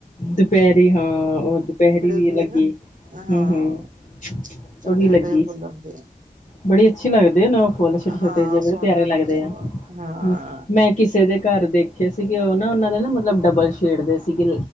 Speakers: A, on the left; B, on the right.
A: ਦਪੈਰੀ ਹਾਂ ਓ ਦੁਪਹੈਰੀ ਵੀ
B: ਹੁੰਦੀ
A: ਲੱਗੀ।
B: ਹੈ ਨਾ ਹਾਂ
A: ਹੂੰ ਹੂੰ,
B: ਛੋਟੇ
A: ਓ ਵੀ ਲੱਗੀ।
B: ਛੋਟੇ ਫੁੱਲ ਹੁੰਦੇ
A: ਬੜੀ ਅੱਛੀ ਲੱਗਦੇ ਨਾ ਓ ਫੁੱਲ ਛੋਟੇ-
B: ਆ
A: ਛੋਟੇ
B: ਹਾਂ
A: ਜੇ, ਬੜੇ
B: ਸੋਹਣੇ
A: ਪਿਆਰੇ ਲੱਗਦੇ ਆ।
B: ਹਾਂ
A: ਹੂੰ ਮੈਂ ਕਿਸੇ ਦੇ ਘਰ ਦੇਖੇ ਸੀਗੇ, ਓ ਨਾ ਓਨਾਂ ਨੇ ਨਾ ਮਤਲਬ ਡਬਲ ਸ਼ੇਡ ਦੇ ਸੀਗੇ